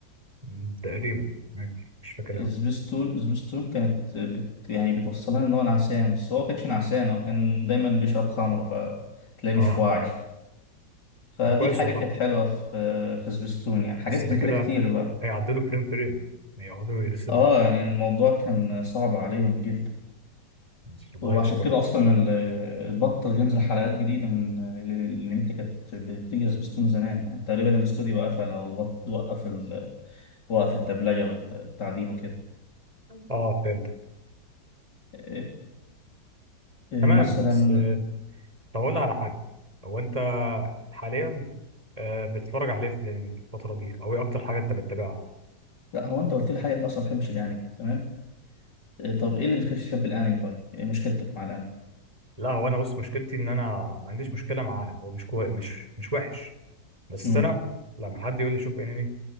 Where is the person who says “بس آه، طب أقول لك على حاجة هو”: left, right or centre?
Right